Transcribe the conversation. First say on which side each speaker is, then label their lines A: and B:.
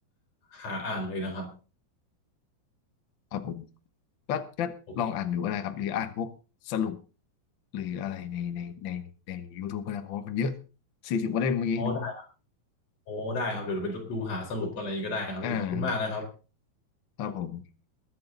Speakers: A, on the left; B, on the left.
A: หาอ่านเลยนะครับ
B: ครับผมก็ก็ลองอ่านดูก็ได้ครับ
A: โอเค
B: หรืออ่านพวกสรุปหรืออะไรในในในใน YouTube ก็ได้เพราะว่ามันเยอะสี่สิบกว่าเล่มเมื่อกี้ดู
A: โอ้ได้โอ้ได้ครับ เดี๋ยวเราไปดูหาสรุปอะไรนี้ก็ได้ครับพี่ขอบคุณมากนะครับ
B: อ่าครับผม